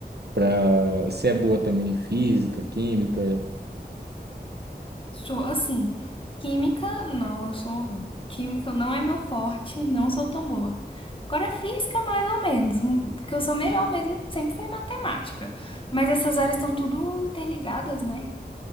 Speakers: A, on the right (about 70°); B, on the left (about 30°).
A: para você é boa também em física, química,
B: Sou assim, química, não, eu sou química, não é meu forte, não sou tão boa. Agora física mais ou menos, um- que eu sou melhor mesmo, sempre foi matemática. Mas essas áreas estão tudo interligadas, né?